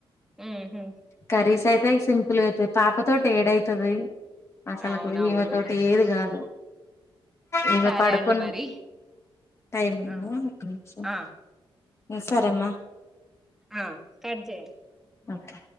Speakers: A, in the centre; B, on the left.
A: ఉహు
B: కర్రీస్ ైత సింపుల్గా అవుతది పాపతోోటి ఏడవుతది ఆ సలకు
A: అవునవును
B: ఈమె తోటి ఏది కాదు ఈగ
A: సరే
B: పడుకున్న
A: అండి మరి
B: టైం
A: ఆ
B: ఒక నిమిషం
A: ఆ
B: సరే అమ్మా
A: ఆ కట్ చేయండి
B: ఓకే